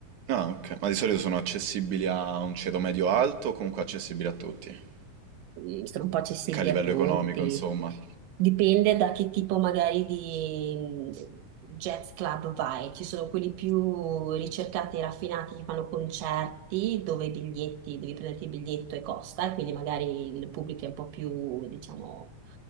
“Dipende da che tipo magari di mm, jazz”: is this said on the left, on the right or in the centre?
Right